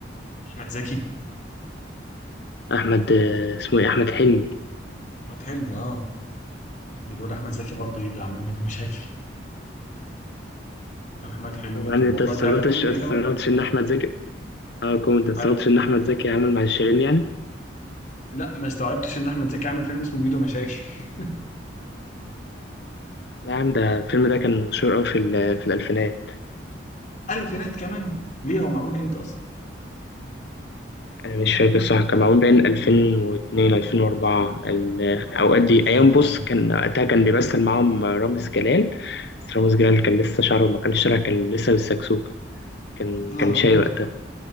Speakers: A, on the left; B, on the left.
A: احمد زكي
B: أحمد آه، اسمه إيه أحمد حلمي
A: احمد حلمي اه نقول احمد زكي برضه ايه اللي عامل ميدو مشاكل احمد حلمي
B: طبعا
A: طب
B: أنت
A: والله
B: استغربتش
A: ده ده كوميدي
B: استغربتش
A: ده ولا ايه
B: إن أحمد زكي أه كنت أنت استغربتش
A: انا
B: إن أحمد زكي عامل مع شيرين يعني
A: لا ما استوعبتش ان احمد زكي عامل فيلم اسمه ميدو مشاكل <laughs>
B: لا يا عم ده الفيلم ده كان مشهور أوي في ال- في الألفينات
A: الفينات كمان ليه هو معمول امتى اصلا
B: أنا مش فاكر صح كان معمول بين 2002 2004 الأوقات دي
A: آه.
B: أيام بص كان وقتها كان بيمثل معاهم رامز جلال بس رامز جلال كان لسه شعره ما كانش طالع كان لسه بالسكسوكة كان
A: آه.
B: كان شاي
A: <laughs>
B: وقتها